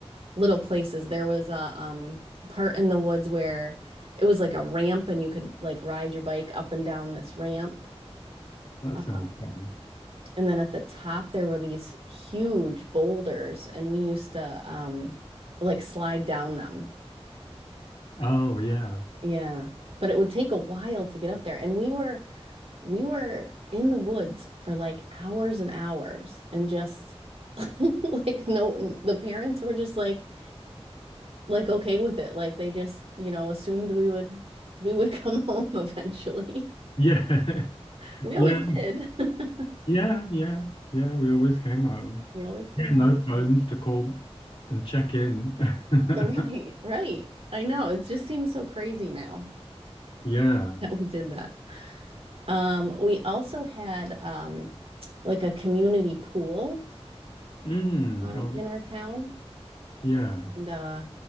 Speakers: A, on the right (about 65°); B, on the left (about 55°).
A: little places. There was a um part in the woods where it was like a ramp and you could like ride your bike up and down this ramp.
B: that
A: Um,
B: sounds fun.
A: and then at the top there were these huge boulders and we used to um like slide down them.
B: Oh yeah.
A: Yeah. But it would take a while to get up there. And we were we were in the woods for like hours and hours and just <laughs> like no the parents were just like like okay with it. Like they just, you know, assumed we would we would come <laughs> home eventually.
B: Yeah. <laughs>
A: We always did.
B: Yeah.
A: <laughs>
B: Yeah. Yeah. Yeah. We always came home.
A: We always came
B: Yeah, no
A: home.
B: phones to call and check in. <laughs>
A: Right, right. I know. It just seems so crazy now
B: Yeah.
A: that we did that. Um, we also had um like a community pool
B: Mm.
A: um
B: Oh
A: in our town.
B: yeah.
A: And uh